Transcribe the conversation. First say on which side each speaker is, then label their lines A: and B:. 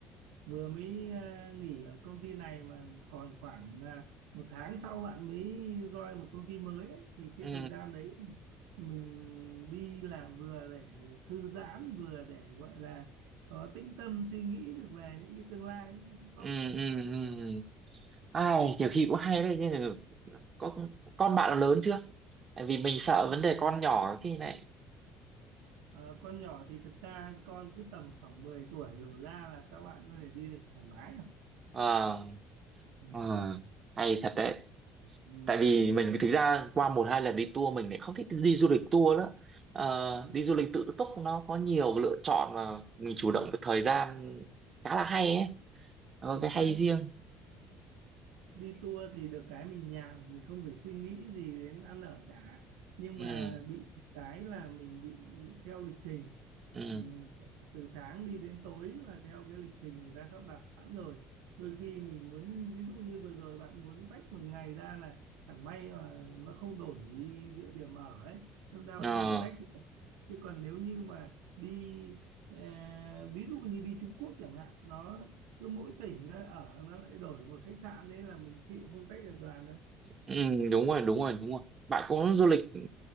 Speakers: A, on the right; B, on the right.
A: vừa mới à, nghỉ ở công ty này mà còn khoảng à, một tháng sau bạn mới join một công ty mới ấy, thì cái
B: ừ,
A: thời gian đấy mình đi làm vừa để thư giãn vừa để gọi là có tĩnh tâm suy nghĩ được về những cái tương lai tốt.
B: ừ, ừ, ừ. Ai, nhiều khi cũng hay đấy nhưng mà có con bạn nó lớn chưa tại vì mình sợ
A: Con
B: vấn đề
A: mình
B: con nhỏ khi này
A: à, con nhỏ thì thực ra con cứ tầm khoảng 10 tuổi đổ ra là các bạn có thể đi được thoải mái rồi.
B: ờ,
A: Ừ,
B: ờ, hay thật đấy
A: ừ,
B: tại vì mình thực ra qua một hai lần đi tour mình lại không thích đi du lịch tour nữa Ờ,
A: đúng,
B: đi du lịch tự túc nó có nhiều lựa chọn và mình chủ động được thời gian khá là hay ấy nó có
A: chính
B: cái
A: xác.
B: hay riêng
A: đi tour thì được cái mình nhàn mình không phải suy nghĩ gì đến ăn ở cả nhưng
B: ừ
A: mà bị một cái là mình bị theo lịch trình
B: ừ
A: Ừm, từ sáng đi đến tối và theo cái lịch trình người ta sắp đặt sẵn rồi đôi khi mình muốn ví dụ như vừa rồi bạn muốn tách một ngày ra là chẳng may mà nó không đổi địa điểm ở ấy nên ra
B: ờ
A: bạn có thể tách được chứ còn nếu như mà đi ờ, ví dụ như đi Trung Quốc chẳng hạn nó cứ mỗi tỉnh nó ở nó lại đổi một khách sạn đấy là mình chịu không tách được đoàn đâu
B: ừ, đúng rồi đúng rồi đúng rồi bạn cũng du lịch ừ,